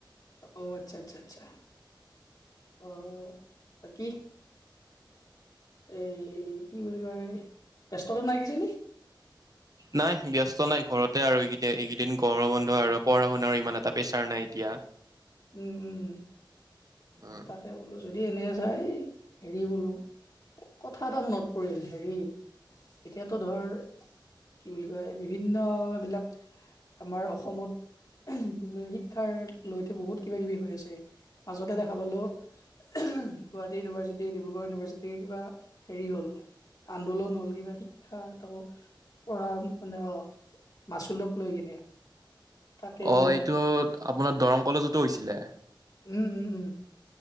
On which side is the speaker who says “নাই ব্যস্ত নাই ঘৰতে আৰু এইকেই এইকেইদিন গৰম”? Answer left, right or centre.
Right